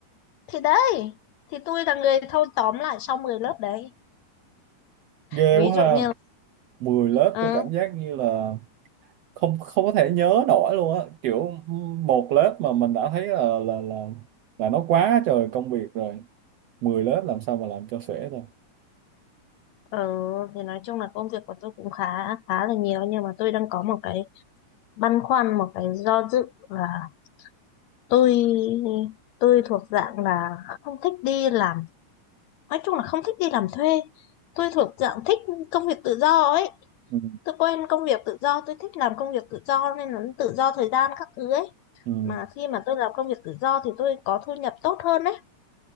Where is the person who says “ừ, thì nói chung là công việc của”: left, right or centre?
Left